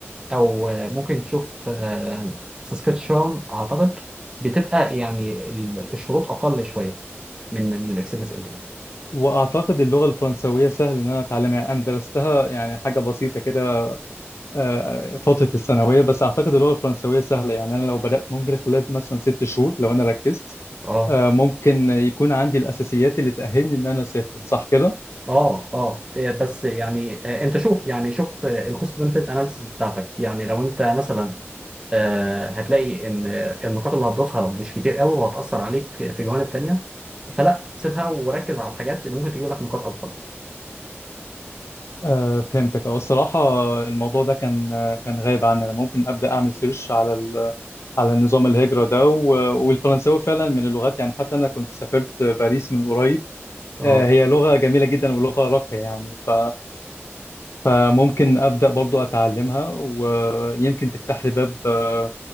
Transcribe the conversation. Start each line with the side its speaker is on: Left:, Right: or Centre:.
Right: او آه، ممكن تشوف آه، ساسكاتشوان اعتقد بتبقى يعني ال- الشروط اقل شويه من من الاكسبريس انتري
Left: واعتقد اللغة الفرنسوية سهل ان انا اتعلمها يعني انا درستها يعني حاجة بسيطة كده آه، فترة الثانوية بس اعتقد اللغة الفرنسوية سهلة يعني انا لو بدأت ممكن خلال مثلا ست شهور لو انا ركزت
Right: اه
Left: آه، ممكن يكون عندي الأساسيات اللي تأهلني إن أنا أسافر صح كده؟
Right: اه اه آه، بس يعني آه، انت شوف يعني شوف الكوست بنفيت اناليسيس بتاعتك يعني لو انت مثلا آه، هتلاقي ان النقاط اللي هتضيفها مش كتير قوي وهتأثر عليك في جوانب تانية فلا سيبها وركز على الحاجات اللي ممكن تجيب لك نقاط اكبر
Left: آه، فهمتك أه الصراحة الموضوع ده كان كان غايب عني أنا ممكن أبدأ أعمل سيرش على على نظام الهجرة ده و- والفرنساوي فعلا من اللغات يعني حتى أنا كنت سافرت باريس من قريب
Right: اه
Left: آه، هي لغة جميلة جدا ولغة راقية يعني ف... فممكن أبدأ برضو أتعلمها ويمكن تفتح لي باب آه،